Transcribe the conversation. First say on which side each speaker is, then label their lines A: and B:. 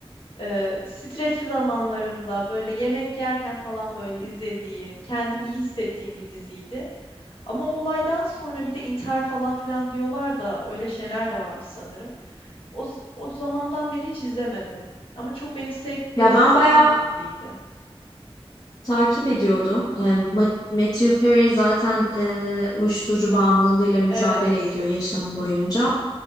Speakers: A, on the left; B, on the left.
A: Eee, stresli zamanlarımda böyle yemek yerken falan böyle izlediğim, kendimi iyi hissettiğim bir diziydi. Ama o olaydan sonra bir de intihar falan filan diyorlar da öyle şeyler de varmış sanırım. O, z- o zamandan beri hiç izlemedim. Ama çok benim safe place
B: Ya
A: hissettiğim
B: ben bayağı
A: bir diziydi.
B: Takip ediyordum. E, Ma- Matthew Perry zaten e, uyuşturucu bağımlılığıyla mücadele
A: Evet.
B: ediyor yaşamı boyunca.
A: Hı.